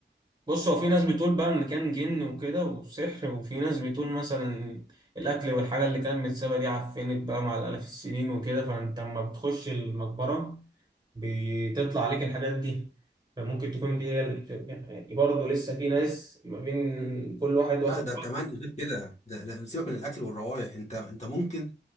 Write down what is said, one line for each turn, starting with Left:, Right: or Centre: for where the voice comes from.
Right: بص هو في ناس بتقول بقى ان كان جن وكده وسحر وفي ناس بتقول مثلا الاكل والحاجه اللي كانت متسابه دي عفنت بقى مع الالاف السنين وكده فانت لما بتخش المقبره بتطلع عليك الحاجات دي فممكن تكون دي هي ال- يعني برضه لسه في ناس ما بين كل واحد
Left: لا
Right: واخد
Left: ده كمان
Right: رأي
Left: غير كده ده, ده سيبك من الاكل والروائح انت انت ممكن